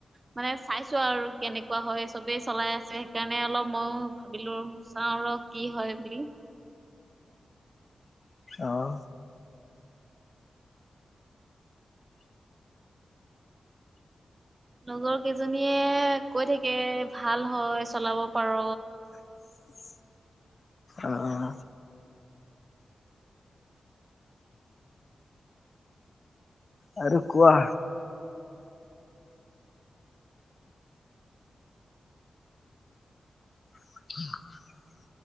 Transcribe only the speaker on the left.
আহ।
হয়। আহ। আৰু কোৱা। <inaudible>